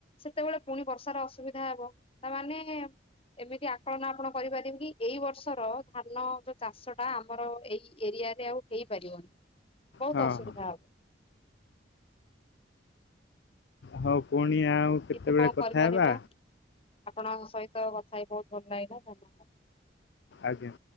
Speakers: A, on the left (about 30°); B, on the left (about 65°).
A: ସେତେବେଳେ ପୁଣି ବର୍ଷାର ଅସୁବିଧା ହବ ତା ମାନେ ଏମିତି ଆକଳନ ଆପଣ କରିପାରିବେ କି ଏଇ ବର୍ଷର ଧାନ ଯୋଉ ଚାଷ ତା ଆମର ଏଇ ଏରିଆରେ ଆଉ ହେଇପାରିବନି ବହୁତ
B: ହଁ
A: ଅସୁବିଧା
B: ହଁ
A: ହବ।
B: ହଁ ପୁଣି ଆଉ। କେତେବେଳେ
A: କିନ୍ତୁ କଣ କରିପାରିବା
B: କଥା ହେବା
A: ଆପଣଙ୍କ ସହିତ କଥା ହେଇ ବହୁତ ଭଲ ଲାଗିଲା ଧନ୍ୟବାଦ।
B: ଆଜ୍ଞା